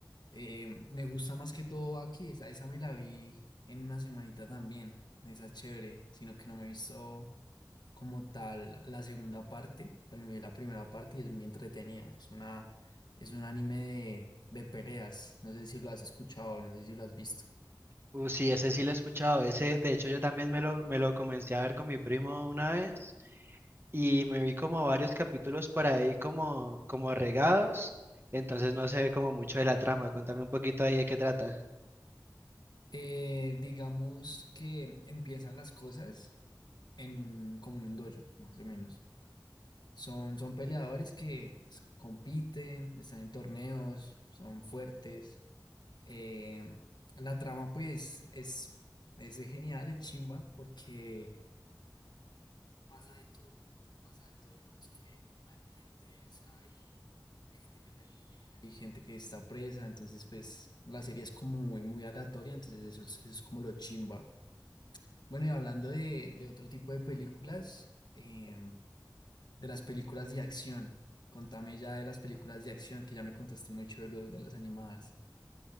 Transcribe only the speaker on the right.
Uh, sí, ese sí lo he escuchado. Ese, de hecho, yo también me lo, me lo comencé a ver con mi primo una vez. y me vi como varios capítulos por ahí como, como regados, entonces no sé como mucho de la trama, contame un poquito ahí de qué trata.